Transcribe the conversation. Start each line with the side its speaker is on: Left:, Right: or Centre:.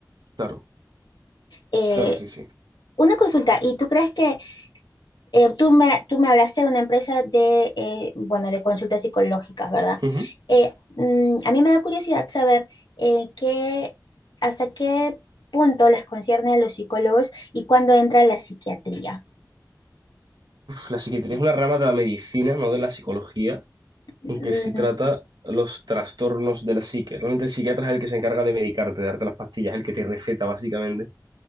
Right: Claro,
Left: Eh,
Right: claro, sí, sí.
Left: una consulta, ¿y tú crees que eh, tú me, tú me hablaste de una empresa de, eh, bueno, de consultas psicológicas, ¿verdad?
Right: Ujú.
Left: Eh, mm, a mí me da curiosidad saber eh, qué, hasta qué punto les concierne a los psicólogos y cuándo entra la psiquiatría.
Right: La psiquiatría es una rama de la medicina, no de la psicología,
Left: Mm,
Right: aunque sí trata los trastornos de la psique. Realmente el psiquiatra es el que se encarga de medicarte, de darte las pastillas, el que te receta básicamente.